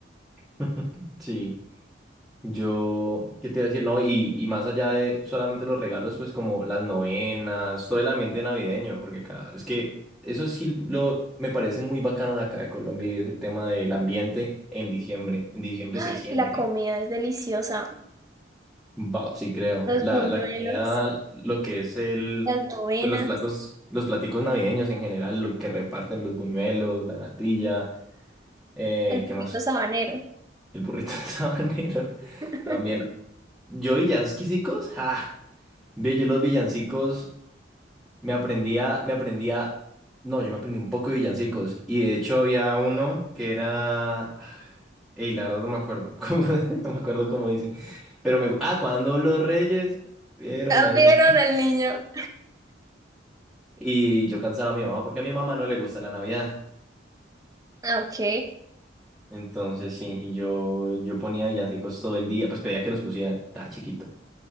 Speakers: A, in the centre; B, on the right (about 20°).
A: <laughs> Sí, yo, ¿qué te iba a decir? No, y, y más allá de solamente los regalos, pues como las novenas, todo el ambiente navideño, porque acá, es que eso sí lo, me parece muy bacano de acá de Colombia, y es el tema del ambiente en diciembre. En diciembre
B: Ay,
A: se siente.
B: la comida es deliciosa.
A: Wow, sí creo.
B: Los
A: La,
B: buñuelos,
A: la comida, lo que es el,
B: las novenas,
A: pues, los platos, los platicos navideños en general, lo que reparten, los buñuelos, la natilla, eh,
B: el burrito
A: ¿qué más?
B: sabanero.
A: El burrito <laughs> del sabanero.
B: <laughs>
A: También. Yo villancicos, ah, ve, yo los villancicos. Me aprendía, me aprendía, no, yo me aprendí un poco de villancicos y de hecho había uno que era, ey, la verdad no me acuerdo, <laughs> cómo- no me acuerdo cómo dice, pero me, ah, cuando los reyes vieron
B: Cambiaron
A: al niño.
B: al niño.
A: Y yo cansaba a mi mamá porque a mi mamá no le gusta la Navidad,
B: Ah, Ok.
A: entonces sí, y yo, yo ponía villancicos todo el día, pues pedía que los pusieran, estaba chiquito,